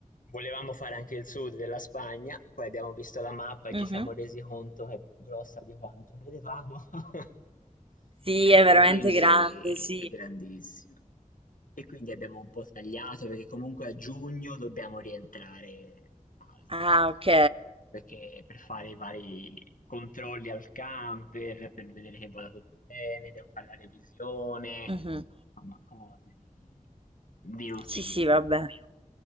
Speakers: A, on the left; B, on the right.
A: Volevamo fare anche il sud della Spagna, poi abbiamo visto la mappa e
B: Mhm.
A: ci siamo resi conto che è più grossa di quanto credevamo <laughs>
B: Sì, è veramente
A: e quindi
B: grande, sì.
A: è grandissima. E quindi abbiamo un po' tagliato perché comunque a giugno dobbiamo rientrare a casa.
B: Ah, ok.
A: Perché per fare i vari controlli al camper, per vedere che vada tutto bene, devo fare la revisione,
B: Mhm.
A: insomma cose di di routine.
B: Sì, sì, vabbè.